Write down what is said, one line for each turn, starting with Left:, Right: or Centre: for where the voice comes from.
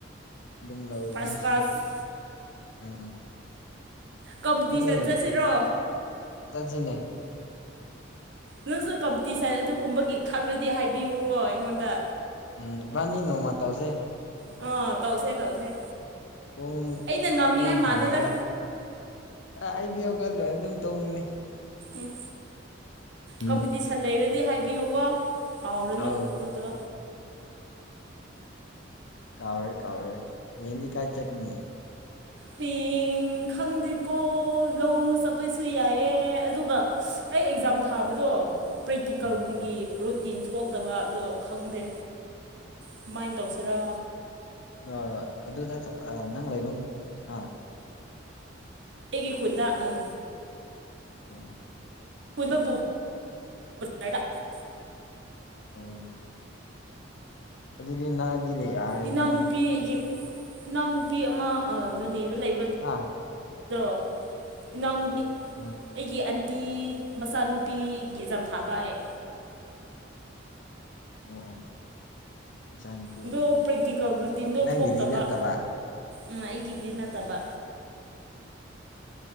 Left: ꯑꯗꯨꯝ ꯂꯧꯅꯦ
Right: ꯐꯥꯔꯁ ꯀ꯭ꯂꯥꯁ
Left: ꯎꯝ
Right: ꯀꯝꯄꯤꯇꯤꯁꯟ
Left: ꯅꯪꯗꯤ ꯍꯦꯛ
Right: ꯆꯠꯁꯤꯔꯣ
Left: ꯆꯠꯁꯤꯅꯦ
Right: ꯅꯪꯁꯨ ꯀꯝꯄꯤꯇꯤꯁꯟ ꯑꯗꯨꯒꯨꯝꯕꯒꯤ ꯈꯪꯂꯗꯤ ꯍꯥꯏꯕꯤꯌꯨꯀꯣ ꯑꯩꯉꯣꯟꯗ
Left: ꯎꯝ ꯏꯕꯥꯅꯤ ꯅꯣꯡꯃ ꯇꯧꯁꯦ
Right: ꯑ ꯇꯧꯁꯦ ꯇꯧꯁꯦ
Left: ꯄꯨꯡ
Right: ꯑꯩꯅ ꯉꯝꯅꯤꯉꯥꯏ
Left: ꯄꯨꯡ ꯊꯝꯃꯒ
Right: ꯃꯥꯜꯂꯦꯗ
Left: ꯑ ꯑꯩꯗꯤ ꯍꯧꯒꯠꯂꯣꯏ ꯑꯗꯨꯝ ꯇꯨꯝꯒꯅꯤ
Right: ꯎꯝ
Left: ꯎꯝ
Right: ꯀꯝꯄꯤꯇꯤꯁꯟ ꯂꯩꯔꯗꯤ ꯍꯥꯏꯕꯤꯌꯨꯀꯣ ꯀꯥꯎꯔꯅꯣ
Left: ꯑꯧ
Right: ꯑꯗꯨꯗ
Left: ꯀꯥꯎꯔꯣꯏ ꯀꯥꯎꯔꯣꯏ ꯍꯌꯦꯡꯗꯤ ꯀꯥꯏ ꯆꯠꯀꯅꯤ
Right: ꯍꯌꯦꯡ ꯎ ꯈꯪꯗꯦꯀꯣ ꯂꯧ ꯆꯠꯄꯁꯨ ꯌꯥꯏꯌꯦ ꯑꯗꯨꯒ ꯑꯩ ꯑꯦꯛꯖꯥꯝ ꯊꯥꯕꯗꯣ ꯄ꯭ꯔꯦꯛꯇꯤꯀꯦꯜꯒꯤ
Left: ꯑꯣ
Right: ꯔꯨꯇꯤꯟ ꯊꯣꯛꯇ ꯑꯗꯣ ꯈꯪꯗꯦ ꯀꯃꯥꯏꯅ ꯇꯧꯁꯤꯔ
Left: ꯑ ꯑꯗꯨꯗ ꯅꯪ ꯂꯩꯐꯝ ꯑ
Right: ꯑꯩꯒꯤ ꯈꯨꯟꯗ ꯎꯝ
Left: ꯑꯣ
Right: ꯄꯨꯟꯕꯕꯨ <unintelligible>
Left: ꯑꯣ ꯑꯗꯨꯗꯤ ꯅꯛꯑꯗꯤ ꯌꯥꯔꯦꯗꯅ
Right: ꯏꯅꯥꯎꯅꯨꯄꯤ ꯑꯩꯒꯤ ꯏꯅꯥꯎꯅꯨꯄꯤ ꯑꯃ ꯅꯣꯅꯦꯗ ꯂꯩꯕꯗꯣ
Left: ꯍꯥ
Right: ꯏꯅꯥꯎ ꯑꯩꯒꯤ
Left: ꯎꯝ
Right: ꯑꯟꯇꯤ ꯃꯆꯥꯅꯨꯄꯤꯒꯤ ꯑꯦꯛꯖꯥꯝ ꯊꯥꯕ ꯑꯩ
Left: ꯑꯣ ꯑꯣ ꯏꯆꯥꯅꯨꯄꯤꯒꯤ
Right: ꯑꯗꯣ ꯄ꯭ꯔꯦꯛꯇꯤꯀꯦꯜ ꯔꯨꯇꯤꯟꯗꯣ
Left: ꯅꯪꯒꯤꯗꯤ
Right: ꯊꯣꯛꯇꯕ
Left: ꯅꯠꯇꯕ
Right: ꯎꯝ ꯑꯩꯒꯤꯗꯤ ꯅꯠꯇꯕ